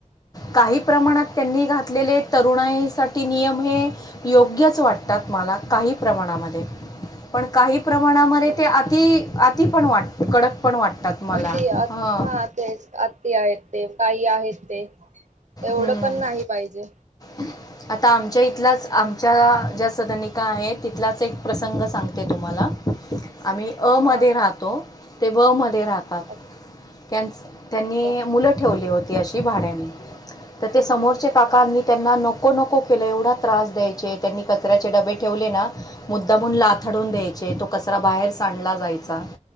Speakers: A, on the left (about 30°); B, on the right (about 65°).
A: काही प्रमाणात त्यांनी घातलेले तरुणाईसाठी नियम हे योग्यच वाटतात मला काही प्रमाणामध्ये. पण काही प्रमाणामध्ये
B: बरोबर
A: ते अति अति पण वाट, कडक पण वाटतात मला.
B: ते आत,
A: हां
B: हा तेच आत ते आहेत ते काही आहेत ते, एवढं
A: हम्म.
B: पण नाही पाहिजे.
A: <inaudible> आता आमच्या इथंलाच आमच्या ज्या सदनिका आहेत तिथलाच एक प्रसंग सांगते तुम्हांला. आम्ही अ मध्ये
B: हा.
A: राहतो ते ब मध्ये राहतात.
B: अच्छा
A: त्यांचं, त्यांनी
B: अच्छा
A: मुलं ठेवली होती अशी भाड्यांने. तर ते समोरचे काकां मी त्यांना नको नको केलं एवढा त्रास द्यायचे त्यांनी कचऱ्याचे डबे ठेवले ना मुद्दामून लाथडून द्यायचे तो कचरा बाहेर सांडला जाय चा